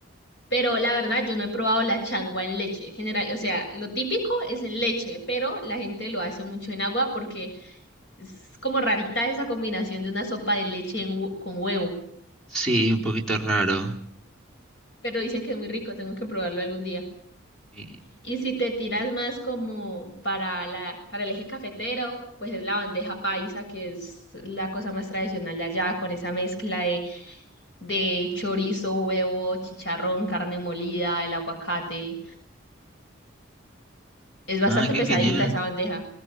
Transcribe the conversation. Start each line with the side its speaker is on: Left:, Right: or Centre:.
Left: Pero la verdad, yo no he probado la changua en leche. General, o sea, lo típico es en leche, pero la gente lo hace mucho en agua porque es como rarita esa combinación de una sopa de leche en hue- con huevo.
Centre: Sí, un poquito raro.
Left: Pero dicen que es muy rico, tengo que probarlo algún día.
Centre: Y-
Left: Y si te tiras más como para la, para el eje cafetero, pues es la bandeja paisa, que es la cosa más tradicional de allá, con esa mezcla de, de chorizo, huevo, chicharrón, carne molida, el aguacate. Es bastante
Centre: ah, qué
Left: pesadita
Centre: genial.
Left: esa bandeja.